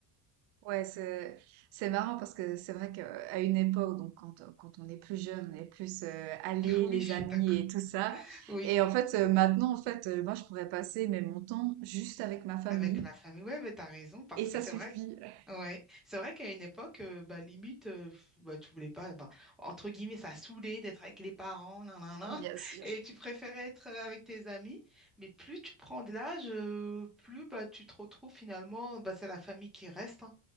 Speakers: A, on the right (about 65°); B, in the centre.
A: Ouais, c'est c'est marrant parce que c'est vrai qu'à une époque, donc quand, euh, quand on est plus jeune, on est plus euh, allé,
B: <laughs> Oui,
A: les
B: je suis
A: amis
B: d'accord.
A: et tout ça.
B: Oui,
A: Et en fait, euh, maintenant, en fait, euh, moi, je pourrais passer mais mon temps juste avec ma famille
B: avec la famille. Ouais, mais t'as raison, parce
A: et ça
B: que c'est
A: suffit.
B: vrai.
A: <laughs>
B: Ouais, c'est vrai qu'à une époque, euh, bah, limite, euh, pff, bah, tu voulais pas, bah, entre guillemets, ça saoulait d'être avec les parents, nan, nan, nan,
A: Bien sûr.
B: <laughs> et tu préférais être euh, avec tes amis. Mais plus tu prends de l'âge, euh, plus bah, tu te retrouves finalement, bah, c'est la famille qui reste. hein.